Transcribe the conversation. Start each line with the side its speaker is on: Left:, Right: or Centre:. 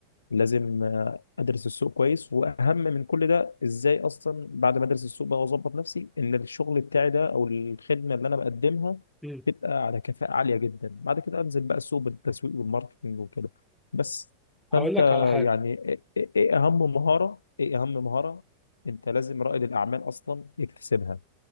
Left: لازم آه، ادرس السوق كويس واهم من كل ده ازاي اصلا بعد ما ادرس السوق بقى واظبط نفسي ان الشغل بتاعي ده او الخدمه اللي انا بقدمها
Centre: مم.
Left: تبقى على كفاءه عاليه جدا بعد كده انزل بقى السوق بالتسويق والماركتنج وكده بس
Centre: هقول
Left: فانت
Centre: لك على حاجه
Left: يعني ايه إيه- إيه اهم مهاره ايه اهم مهاره انت لازم رائد الاعمال اصلا يكتسبها